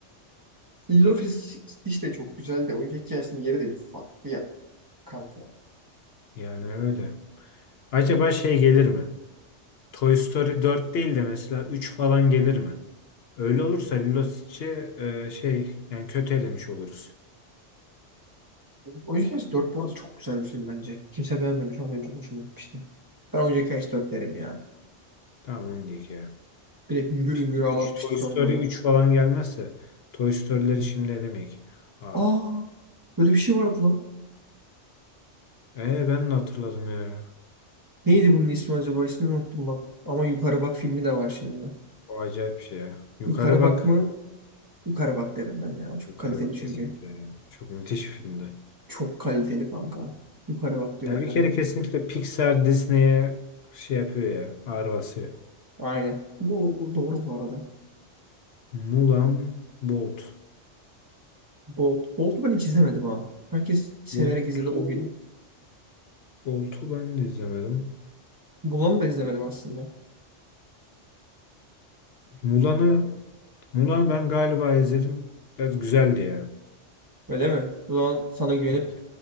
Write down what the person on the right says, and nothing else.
Lilo ve Stitch de çok güzel de oyuncak hikayesinin yeri de bir farklı ya kanka.
Oyuncak Hikayesi dört bu arada çok güzel bir film bence. Kimse beğenmemiş ama ben çok hoşuma gitmişti. Ben oyuncak hikayesi 4 derim ya.
Bir de hüngür
hüngür
ağlatmıştı
sonunda
da.
Aa, böyle bir şey vardı lan.
Neydi bunun ismi acaba? İsmini unuttum bak. Ama Yukarı Bak filmi de var şimdi.
Yukarı
Bak mı? Yukarı Bak derim ben ya. Çok
kaliteli
çünkü.
Çok kaliteli kanka. Yukarı Bak diyorum
ben
de.
Aynen. Bu, bu doğru bu arada.
Bolt. Bolt'u ben hiç izlemedim ha. Herkes severek
izledi o gün.
Mulan'ı da izlemedim aslında.
Öyle mi? O zaman sana güvenip